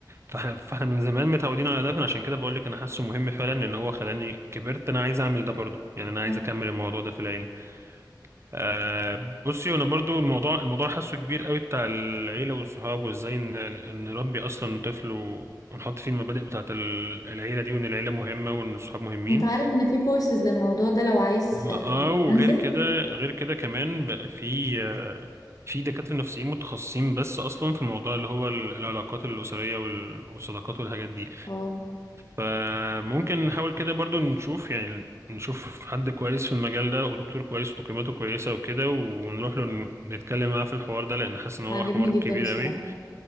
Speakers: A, on the right; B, on the left.
A: فاحنا فاحنا من زمان متعودين على ده فانا عشان كده بقول لك انا حاسه مهم فعلا لان هو خلاني كبرت انا عايز اعمل ده برضه يعني انا عايز
B: اه.
A: اكمل الموضوع ده في العيله آه بصي انا برضه الموضوع الموضوع حاسه كبير قوي بتاع العيله والصحاب وازاي ن- نربي اصلا طفل ونحط فيه المبادئ بتاعه ال- العيله دي وان العيله مهمه وان الصحاب مهمين
B: انت عارف ان في كورسز للموضوع ده لو عايز
A: ما
B: آه،
A: اه وغير
B: تنزل
A: كده غير كده كمان بقى في آه، في دكاترة نفسيين متخصصين بس أصلا في موضوع اللي هو ال- العلاقات الأسرية وال- والصداقات والحاجات دي
B: اه
A: فممكن نحاول كده برضو نشوف يعني نشوف حد كويس في المجال ده ودكتور كويس وتقييماته كويسة وكده ونروح له ن- نتكلم معاه في الحوار ده لأن حاسس إن هو
B: عاجبني
A: حوار
B: جدا
A: كبير
B: الصراحة
A: أوي